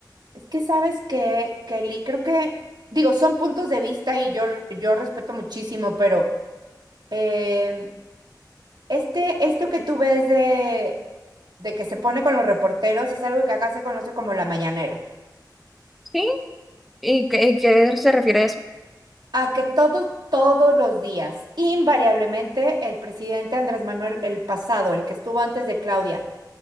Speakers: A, on the right; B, in the centre.
A: Es que sabes que, Kelly, creo que, digo, son puntos de vista y yo, yo respeto muchísimo, pero em, Este, esto que tú ves de, de que se pone con los reporteros es algo que acá se conoce como la mañanera.
B: ¿Sí? ¿Y qué, y qué se refiere a eso?
A: A que todos, todos los días, invariablemente, el presidente Andrés Manuel, el pasado, el que estuvo antes de Claudia,